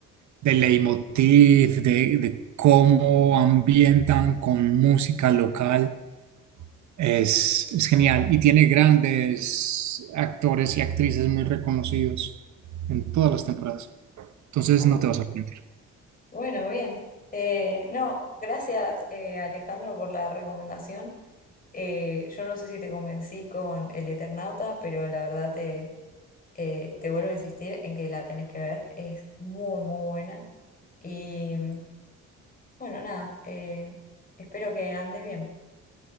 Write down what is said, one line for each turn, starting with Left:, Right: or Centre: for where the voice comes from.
Right: de leitmotiv, de, de cómo ambientan con música local. Es, es genial y tiene grandes actores y actrices muy reconocidos en todas las temporadas. Entonces
Left: Ah,
Right: no te vas a arrepentir.
Left: Bueno, bien. Eh, no, gracias eh, Alejandro por la recomendación. Eh, yo no sé si te convencí con el Eternauta, pero la verdad eh, te vuelvo a insistir en que la tenés que ver, es muy, muy buena. Y mm, bueno, nada, eh, espero que andes bien.